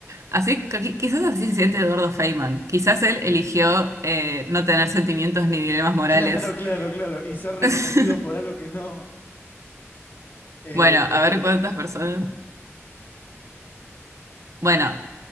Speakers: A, on the right; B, on the left.
A: Así, qui- quizás así se siente Eduardo Feynman. Quizás él eligió eh, no tener sentimientos ni dilemas morales.
B: Claro, claro, claro. Y ser reconocido
A: <laughs>
B: por algo que no. Eh,
A: Bueno,
B: total,
A: a ver cuántas personas. Bueno,